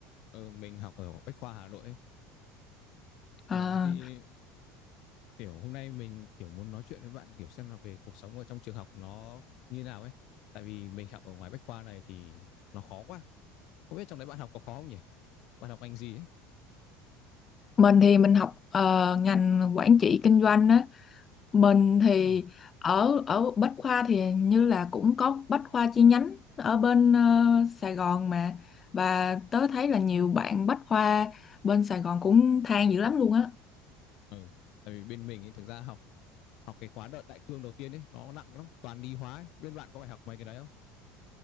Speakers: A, on the left; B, on the left.
A: ờ, mình học ở Bách Khoa Hà Nội ấy. Ờ,
B: Ờ,
A: thì kiểu hôm nay mình kiểu muốn nói chuyện với bạn kiểu xem là về cuộc sống ở trong trường học nó như nào ấy. Tại vì mình học ở ngoài Bách Khoa này thì nó khó quá. Không biết trong đấy bạn học có khó không nhỉ? Bạn học ngành gì ấy?
B: mình thì mình học ờ, ngành quản trị kinh doanh á, Mình thì
A: Ồ.
B: ở ở Bách Khoa thì hình như là cũng có Bách Khoa chi nhánh ở bên ờ, Sài Gòn mà và tớ thấy là nhiều bạn Bách Khoa bên Sài Gòn cũng than dữ lắm luôn á.
A: Ừ. Tại vì bên mình ấy, thực ra học học cái khóa đợt đại cương đầu tiên ấy nó nặng lắm, toàn lý hóa ấy. Bên bạn có phải học mấy cái đấy không?